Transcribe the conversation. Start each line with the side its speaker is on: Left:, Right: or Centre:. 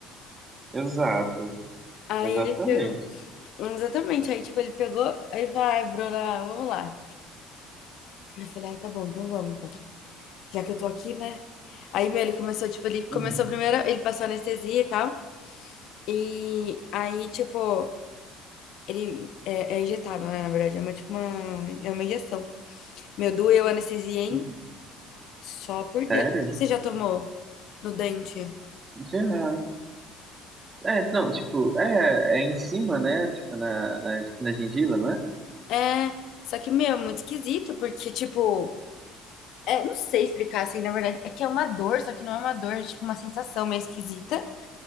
Right: exato.
Left: Aí
Right: Exatamente.
Left: ele pegou, exatamente, aí, tipo, ele pegou, aí falou, ai, Bruna, vamos lá. Eu falei, ai, tá bom, então vamos, então. Já que eu tô aqui, né? Aí, meu, ele começou, tipo, ele começou
Right: Uhum,
Left: primeiro, ele passou anestesia e tal, e aí, tipo, ele é, é injetável, né, na verdade, é uma, tipo, uma, é uma injeção. Meu, doeu a anestesia, hein?
Right: uhum.
Left: Só por Deus.
Right: Sério?
Left: Não sei se Você já tomou no dente?
Right: Já. É, não, tipo, é, é em cima, né? Tipo, na, na, tipo, na gengiva, não é?
Left: É, só que, meu, é muito esquisito, porque, tipo, é, não sei explicar assim, na verdade, é que é uma dor, só que não é uma dor, é tipo uma sensação meio esquisita,